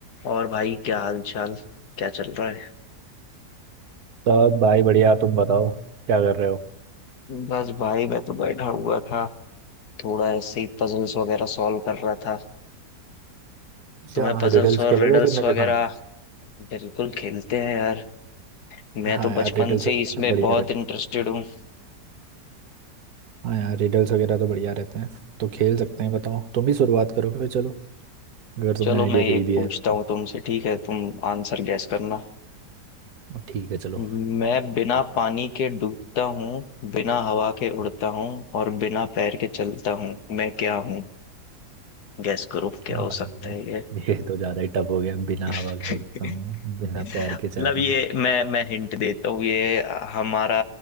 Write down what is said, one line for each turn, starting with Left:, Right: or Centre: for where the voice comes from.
Left: और भाई क्या हाल चाल क्या चल रहा है
Right: सब भाई बढ़िया तुम बताओ क्या कर रहे हो
Left: बस भाई मैं तो बैठा हुआ था थोड़ा ऐसे ही पजल्स वगैरह सॉल्व कर रहा था
Right: अच्छा
Left: तुम्हें पजल्स
Right: रिडल्स
Left: और
Right: खेलोगे
Left: रिडल्स
Right: फिर मेरे
Left: वगैरह
Right: साथ
Left: बिल्कुल खेलते हैं यार मैं
Right: हाँ
Left: तो
Right: यार
Left: बचपन
Right: रिडल्स
Left: से
Right: वगैरह
Left: ही इसमें
Right: तो बढ़िया
Left: बहुत
Right: रहते
Left: इंटरेस्टेड
Right: हैं
Left: हूँ
Right: हाँ यार रिडल्स वगैरह तो बढ़िया रहते हैं तो खेल सकते हैं बताओ तुम ही शुरुआत करो फिर चलो अगर तुमने
Left: चलो
Right: आइडिया
Left: मैं एक
Right: दे ही दिया
Left: पूछता
Right: है तो।
Left: हूँ तुमसे ठीक है तुम आंसर गैस करना
Right: ठीक है चलो
Left: मैं बिना पानी के डूबता हूँ बिना हवा के उड़ता हूँ और बिना पैर के चलता हूँ मैं क्या हूँ गैस करो
Right: <laughs>
Left: क्या
Right: भाई,
Left: हो सकता है ये
Right: ये तो ज़्यादा ही टफ हो गया बिना हवा
Left: <laughs>
Right: के उड़ता हूँ बिना
Left: मतलब
Right: पैर के चलता
Left: ये
Right: हूँ
Left: मैं मैं हिंट देता हूँ ये हमारा